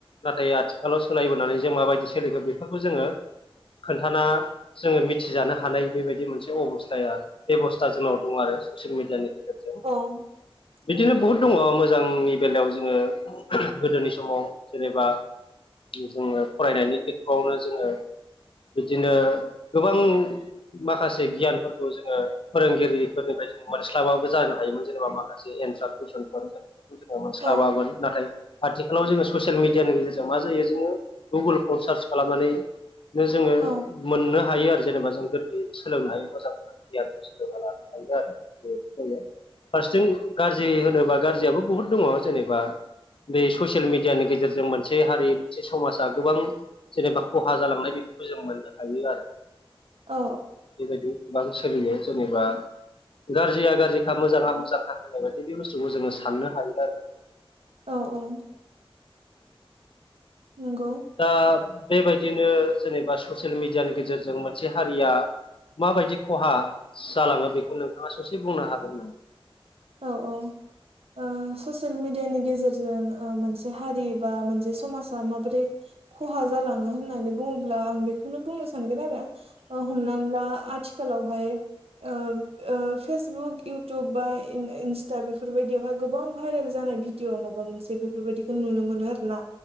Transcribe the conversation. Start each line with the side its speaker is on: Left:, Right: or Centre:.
Left: नाथाय आथिखालाव सोलायबोनानै जों माबायदि सोलिगोन बेफोरखौ जोङो खोन्थाना जोङो मिथिजानो हानाय बेबायदि मोनसे अबस्थाया बेबस्था जोंनाव दं आरो ससियेल मिडियानि गेजेरजों
Right: औ औ
Left: बिदिनो
Right: नंगौ औ
Left: बहुद दङ मोजां मोजांनि बेलायाव जोङो गोदोनि समाव जेनेबा जोङो फरायनायनि खेथ्र'आवनो जोङो बिदिनो गोबां माखासे गियानफोरखौ जोङो फोरोंगिरिफोर मोनस्लाबाबो जानो हायोमोन जेनेबा माखासे एन्सार कुइसनफोर जों जोङो मोनस्लाबामोन
Right: औ
Left: नाथाय आथिखालाव जोङो ससियेल मिडियानि गेजेरजों मा जायो जोङो गुगोलखौ सार्च खालामनानैनो जोङो
Right: औ
Left: मोननो हायो आरो जेनेबा जों गोरलै सोलोंनो हायो मोजां मोजां गियान जों सोलोंना लानो हायो आरो फारसेथिं गाज्रि होनोबा गाज्रियाबो बहुद दङ जेनेबा बे ससियेल मिडियानि गेजेरजों मोनसे हारि मोनसे समाजा गोबां जेनेबा खहा जालांनाय बेखौबो जों मोननो हायो आरो
Right: औ
Left: बेबायदि गोबां सोलियो जेनेबा गाज्रिया गाज्रिखा मोजाङा मोजांखा होनाय बायदि बे बुस्थुखौ जोङो साननो हायो आरो
Right: औ औ नंगौ
Left: दा बेबायदिनो जेनेबा ससियेल मिडियानि गेजेरजों मोनसे हारिया माबायदि खहा जालाङो बेखौ नोंथाङा ससे बुंनो हागोन नामा
Right: औ औ ओ ससियेल मिडियानि गेजेरजों मोनसे हारि बा मोनसे समाजा माबोरै खहा जालाङो होननानै बुङोब्ला आं बेखौनो बुंनो सानगोन आरो हमनानै ला आथिखालावहाय ओ फेसबुक इउटुब बा इन्स्टा बेफोरबायदियावहाय गोबां भाइरेल जानाय भिडिअ माबा मोनसे बेफोरबायदिखौ नुनो मोनो आरो ना